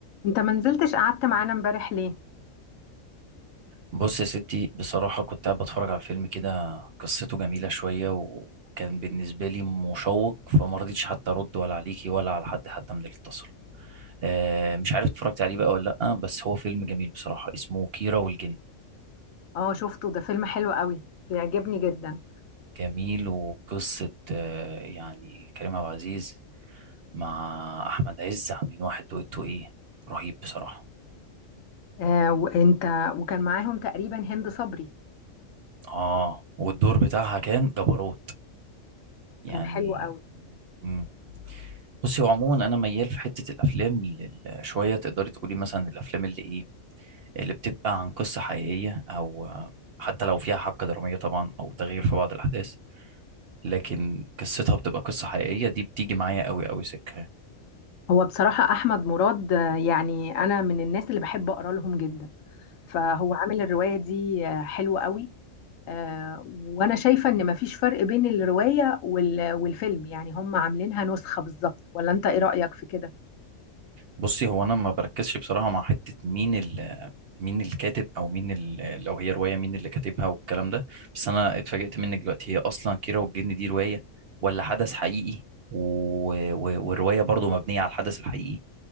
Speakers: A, on the left (about 80°); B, on the right (about 60°).
A: انت ما نزلتش قعدت معانا امبارح ليه
B: بص يا ستي بصراحة كنت قاعد بتفرج على فيلم كده قصته جميلة شوية وكان بالنسبة لي مشوق فما رضيتش حتى أرد ولا عليكي ولا على حد حتى من اللي اتصل آه، مش عارف اتفرجت عليه بقى ولا لأ بس هو فيلم جميل بصراحة اسمه كيرة والجن
A: اه شفته ده فيلم حلو قوي بيعجبني جدا
B: جميل وقصة آه، يعني كريم عبد العزيز مع أحمد عز عاملين واحد دويتو إيه رهيب بصراحة
A: آه وانت وكان معاهم تقريبا هند صبري
B: آه والدور بتاعها كان جبروت يعني
A: كان حلو قوي
B: مم. بصي هو عموما انا ميال في حته الافلام لل- شويه تقدري تقولي مثلا الافلام اللي ايه اللي بتبقى عن قصه حقيقيه او آه، حتى لو فيها حبكه دراميه طبعا او تغيير في بعض الاحداث لكن قصتها بتبقى قصه حقيقيه دي بتيجي معايا قوي قوي سكه
A: هو بصراحة احمد مراد آه، يعني انا من الناس اللي بحب اقرا لهم جدا فهو عامل الرواية دي آه، حلوة قوي آه وانا شايفة ان مفيش فرق بين الرواية وال- والفيلم يعني هم عاملينها نسخة بالظبط ولا انت ايه رأيك في كده
B: بصي هو انا ما بركزش بصراحه مع حته مين ال مين الكاتب او مين ال لو هي روايه مين اللي كاتبها والكلام ده بس انا اتفاجئت منك دلوقتي هي اصلا كيرة والجن دي روايه ولا حدث حقيقي و... و... والروايه برضو مبنيه على الحدث الحقيقي